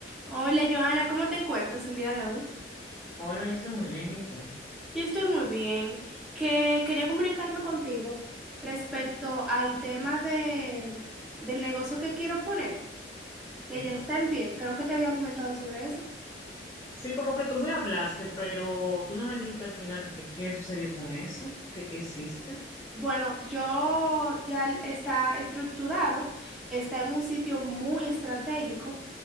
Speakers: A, in the centre; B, on the left.
A: Hola Joana, ¿cómo te encuentras el día de hoy?
B: Hola, yo estoy muy bien, ¿y tú?
A: Yo estoy muy bien, que quería comunicarme contigo respecto al tema de, del negocio que quiero poner, que
B: Sí.
A: ya está en pie, creo que te había comentado sobre eso.
B: Sí, como que tú me hablaste, pero tú no me dijiste al final qué, qué sucedió con eso, qué, qué hiciste,
A: Bueno, yo ya está estructurado, está en un sitio muy estratégico,